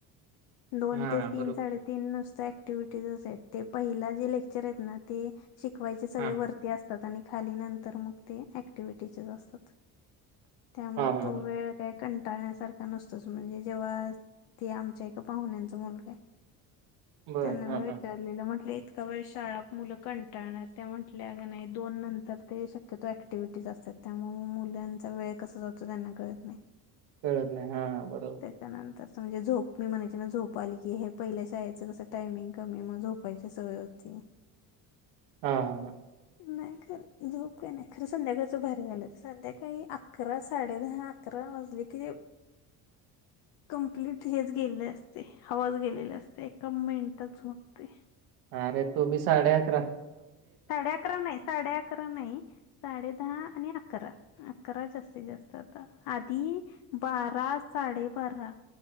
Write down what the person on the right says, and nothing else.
हां,
बरोबर.
हां.
हां, हां,
हां.
बरं.
हां,
हां.
कळत नाही हा बरोबर.
हा हा हा
अरे तुम्ही साडे अकरा